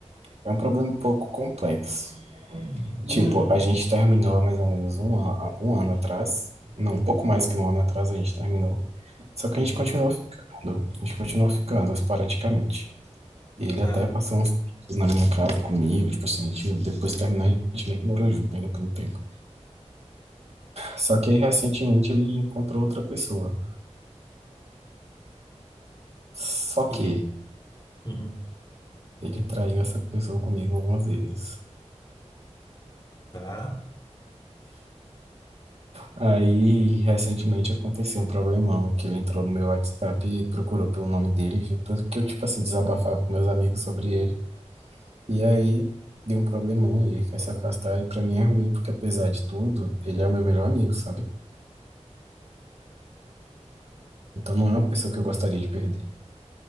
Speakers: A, on the right; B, on the left.
A: é um problema um pouco complexo. Tipo, a gente terminou há mais ou menos um, a- um ano atrás. Não, um pouco mais que um ano atrás a gente terminou. Só que
B: Uhum,
A: a gente continuou ficando. A gente continuou ficando esporadicamente. E ele
B: tá.
A: até passou uns tempos na minha casa comigo, tipo assim, a gente, depois de terminar, a gente meio que morou junto ainda por um tempo. Só que aí, recentemente, ele encontrou outra pessoa. Só
B: E,
A: que
B: uhum,
A: ele traiu essa pessoa comigo algumas vezes.
B: tá.
A: Aí, recentemente, aconteceu um problemão, que ele entrou no meu WhatsApp e procurou pelo nome dele, viu tudo que eu, tipo assim, desabafava com meus amigos sobre ele. E aí, deu um problemão e ele quer se afastar. E pra mim é ruim, porque apesar de tudo, ele é o meu melhor amigo, sabe? Então não é uma pessoa que eu gostaria de perder.